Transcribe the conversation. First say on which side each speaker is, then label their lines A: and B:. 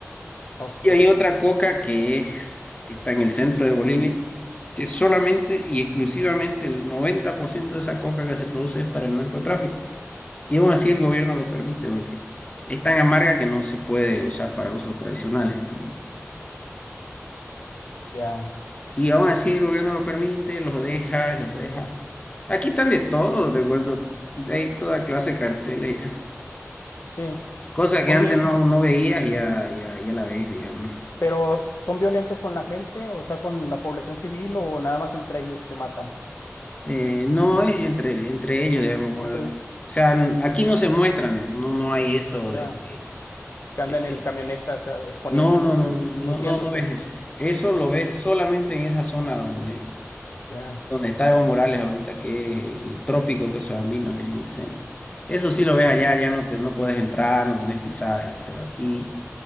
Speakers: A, on the left (about 65°); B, on the left (about 25°).
A: ok,
B: Y hay otra coca que es, que está en el centro de Bolivia, que solamente y exclusivamente el 90% de esa coca que se produce es para el narcotráfico. Y aún así el gobierno lo permite porque es tan amarga que no se puede usar para usos tradicionales. digamos.
A: ya,
B: Y aún así el gobierno lo permite, los deja, los deja. Aquí están de todo, te cuento. De ahí toda clase de carteles.
A: sí.
B: Cosa
A: Oye,
B: que antes no, no veías, ya, ya, ya la ves, digamos.
A: pero ¿son violentos con la gente? O sea, con la población civil o nada más entre ellos se matan?
B: Eh, no es entre, entre ellos, digamos. con
A: Entre
B: la- o sea, n- aquí no se muestran, digamos, No, no hay eso
A: ya,
B: de... que,
A: que andan
B: eh,
A: en camionetas eh, exponiendo,
B: no,
A: este,
B: no, no, no, no,
A: luciéndose,
B: no, no ves eso. Eso lo ves solamente en esa zona donde
A: ya,
B: donde está Evo Morales ahorita, que es en el trópico cochabambino, que es en el centro. Eso sí lo ves
A: ya,
B: allá, ya no te, no puedes entrar, no tenés pisaje, pero aquí